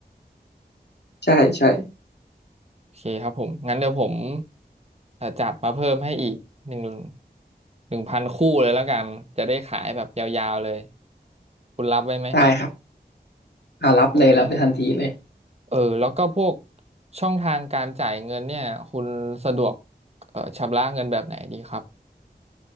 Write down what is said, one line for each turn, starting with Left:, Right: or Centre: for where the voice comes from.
Left: ใช่ใช่
Right: โอเคครับผมงั้นเดี๋ยวผมเอ่อจัดมาเพิ่มให้อีกหนึ่งหนึ่งพันคู่เลยแล้วกันจะได้ขายแบบยาวๆเลยคุณรับไว้ไหม
Left: ได้ครับอ่ารับเลยรับเลยทันทีเลย
Right: โอเคนะเออแล้วก็พวกช่องทางการจ่ายเงินเนี่ยคุณสะดวกเอ่อชำระเงินแบบไหนดีครับ